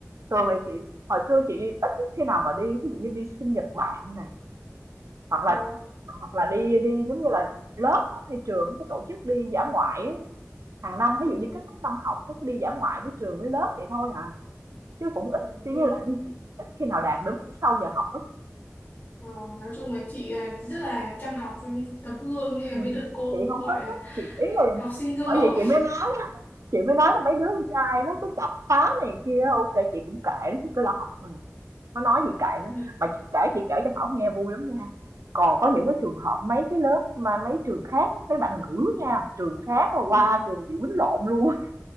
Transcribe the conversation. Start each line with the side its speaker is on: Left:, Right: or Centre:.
Right: thường thì chị hồi xưa chị ít khi nào mà đi thí dụ như đi sinh nhật bạn nè hoặc là
Left: Ồ,
Right: hoặc là đi đi giống như là lớp á, hay trường nó có tổ chức đi dã ngoại á. hàng năm
Left: ừ,
Right: ví dụ như kết thúc năm học có cái đi dã ngoại với trường với lớp vậy thôi à chứ cũng ít
Left: ok.
Right: chỉ như là đi chị ít khi nào đàn đúng sau giờ học
Left: Ờ, nói chung là chị à, rất là chăm học với tấm gương nên là mới
Right: Ừm,
Left: được cô
Right: chị không
Left: gọi
Right: có
Left: là
Right: thích, chị ý là
Left: học sinh gương
Right: bởi
Left: mẫu.
Right: vậy chị mới nói á, chị mới nói là mấy đứa con trai nó cứ chọc phá này kia ok chị cũng kệ nó, chị cứ lo học thôi. Nó nói gì kệ nó,
Left: Ừ.
Right: mà chưa kể chị kể cho Thảo nghe vui lắm nha. Còn có những cái trường hợp mấy cái lớp mà mấy trường khác á, mấy bạn nữ nha, trường khác mà
Left: Ừ.
Right: qua trường chị quýnh lộn luôn